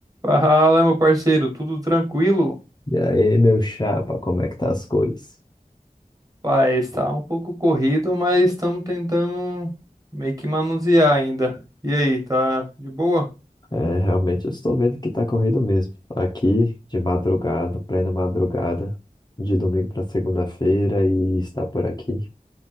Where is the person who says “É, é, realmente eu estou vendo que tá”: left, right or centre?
Left